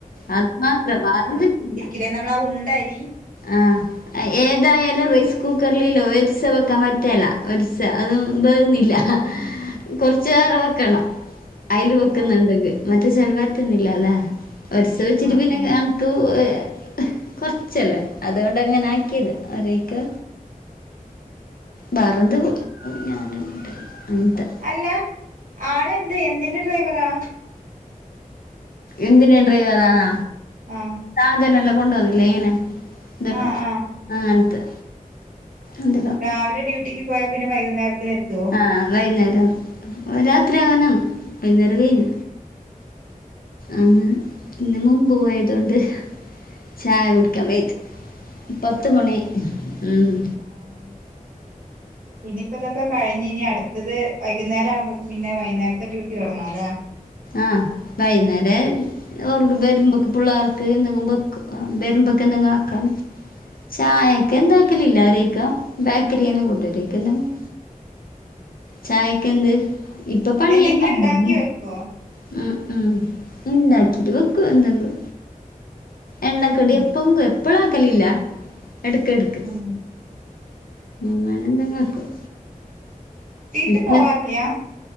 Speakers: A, on the left; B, on the right.
A: അത് മാത്രം വാ <unintelligible>
B: ല്ലേ നമ്മളാ ഉണ്ടരി
A: ആഹ് ഏതായാലും റൈസ് കുക്കറർല് ഒരിസ് വെക്കാം പറ്റ്ല്ല ഒരിസ അതും ബേവ്ന്നില്ല ഏഹ് കൊർച്ച് ഏറെ വെക്കണം അയിൽ വെക്ക്ന്ന്ണ്ടെങ്കി
B: ആഹ്
A: മറ്റേച്ചാൽ വറ്റുന്നില്ലല്ലേ ഒര്സ വെച്ചിട്ട്
B: ആഹ്
A: പിന്നെ
B: ആഹ്
A: ഞ <unintelligible> കുറച്ച് ച്ചല്ലേ അതോണ്ടാ ഇങ്ങനെ ആക്കിയത് അതൊയികാ ബാറെന്ത് ഞാനും <unintelligible> അങ്ങൻത്തെ
B: അല്ല ആളെന്ത് എന്തിന്റെ ഡ്രൈവറാ
A: എന്ത്ന്റെ ഡ്രൈവറാന്ന
B: ആഹ്
A: സാധനെല്ലം കൊണ്ടോവുന്നില്ലേ ഏങ്ങനെ എന്തെല്ലാം
B: ആഹ് ആഹ്
A: ആ അൻത്തെ എന്ത
B: രാവിലെ ഡ്യൂട്ടിക്ക് പോയാ പിന്നെ വൈകുന്നേരത്തിന് എത്തോ
A: ആഹ് വൈകുന്നേരം രാത്രി ആവനം വൈകുന്നേരം കഴ്ന്ന്
B: ആഹ്
A: ആഹ് ഇന്ന് മുമ്പ് പോയതോണ്ട് ചായ കുടിക്കാൻ വൈത്ത് പത്ത് മണിആയി ഉം
B: ആഹ് ഇനിയിപ്പ ഇതൊക്കെ കഴിഞ്ഞ് ഇനി അടുത്തത് വൈകുന്നേരാവുമ്പോക്ക് പിന്നെ വൈകുന്നേരത്തെ ഡ്യൂട്ടി തൊടങ്ങണംല്ലേ
A: ആഹ് വൈന്നേരൽ ഓർക്ക് ബരും പക്ക് പുള്ളാർക്ക് എന്തെങ്കും ബക്ക് ബരുംമ്പക്ക് എന്തെങ്ക് ആക്കാന് ചായക്ക് എന്താക്കല് ഇല്ല അവരേക്കാ ബേക്കറിനെന്നും കൂട്ടരേക്കും എന്തെങ്കും ചായക്ക് എന്ത് ഇപ്പ പണിയല്ലാം
B: എന്തെങ്കിലും ഉണ്ടാക്കി
A: ഇന്നുണ്ട്
B: വെക്കുവോ
A: ആഹ് ആഹ് ഇണ്ടാക്കിട്ട് വക്കു എന്തങ്കും എണ്ണക്കടി
B: ആഹ്
A: എപ്പങ്കൊ എപ്പളാക്കലില്ല എടക്കട്ക്ക്
B: ഉം
A: അങ്ങനന്തങ്കാക്കും
B: വീട്ടി
A: ഇസ്ബെ
B: പോവാറില്ല